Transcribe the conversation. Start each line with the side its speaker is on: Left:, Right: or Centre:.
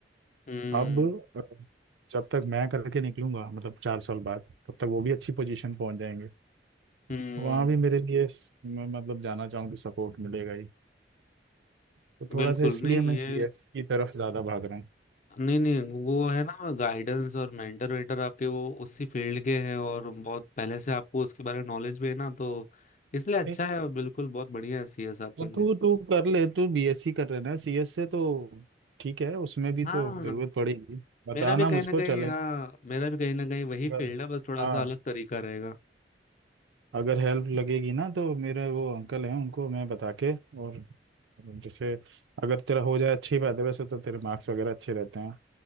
Left: हम्म
Right: अब अ, जब तक मैं करके निकलूंगा मतलब चार साल बाद तब तक वो भी अच्छी पोजीशन पहुंच जाएंगे
Left: हम्म,
Right: वहां भी
Left: हम्म,
Right: मेरे लिए स- मैं मतलब जाना चाहूँ तो सपोर्ट मिलेगा ही तो थोड़ा
Left: बिल्कुल
Right: सा इसलिए
Left: नहीं
Right: मैं
Left: ये
Right: सीएस की तरफ ज्यादा भाग रहा हूँ
Left: नहीं नहीं वो है ना गाइडेंस और मेंटर वेंटर आपके वो उसी फील्ड के हैं और बहुत पहले से आपको उसके बारे में नॉलेज भी है ना तो इसलिए अच्छा
Right: ए,
Left: है और बिल्कुल बहुत बढ़िया है सीएस आपके
Right: तो
Left: लिए
Right: तू तू कर ले तू बीएससी कर रहे ना सीएस से तो ठीक है उसमें भी
Left: हाँ
Right: तो जरूरत पड़ेगी बताना
Left: मेरा भी कहीं
Right: मुझको
Left: ना कहीं
Right: चले
Left: हाँ मेरा भी कहीं ना कहीं वही
Right: अगर-
Left: फील्ड है बस थोड़ा
Right: हाँ
Left: सा अलग तरीका रहेगा
Right: अगर हेल्प लगेगी ना तो मेरे वो अंकल हैं उनको मैं बता के और जैसे अगर तेरा हो जाए अच्छी बात है वैसे तो तेरे मार्क्स वगैरह अच्छे रहते हैं